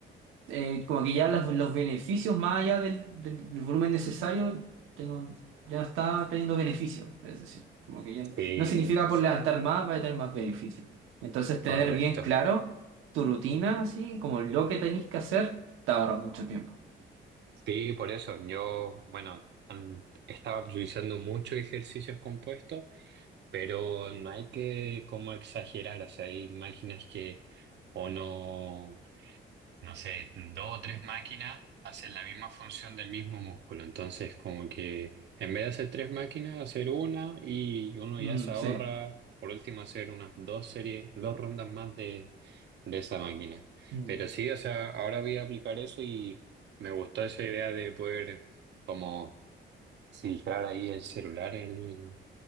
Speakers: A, on the right (about 85°); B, on the right (about 60°).
A: eh, como que ya los, los beneficios más allá del, del- del volumen necesario ya, no- ya no está teniendo beneficios. Es decir, como que ya
B: sí,
A: no significa por levantar más va a tener más beneficios. Entonces
B: correcto.
A: tener bien claro tu rutina, así como lo que tenés que hacer, te ahorra mucho tiempo.
B: Sí, por eso yo, bueno, an- estaba priorizando muchos ejercicios compuestos, pero no hay que como exagerar, o sea, hay máquinas que o no no sé, dos o tres máquinas hacen la misma función del mismo músculo. Entonces, como que en vez de hacer tres máquinas, hacer una y uno
A: Mm,
B: ya se ahorra,
A: sí,
B: por último, hacer unas dos series, dos rondas más de, de esa máquina.
A: Mm,
B: Pero sí, o sea, ahora voy a aplicar eso y me gustó esa idea de poder como filtrar ahí el celular el-